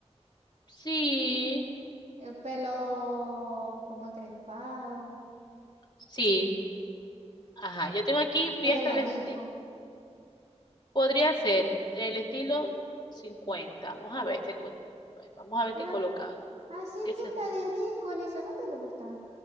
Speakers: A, on the left (about 40°); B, on the right (about 75°).
A: Sí,
B: el pelo como encrespado
A: sí. Ajá, yo tengo aquí fiesta
B: o de la
A: al
B: disco.
A: estilo. Podría ser del estilo 50. Vamos a ver, 50. Bueno, Vamos a ver
B: Pero
A: qué colocan.
B: así
A: ¿Qué
B: fiesta
A: se...
B: de disco, Elisa, ¿no te lo gusta?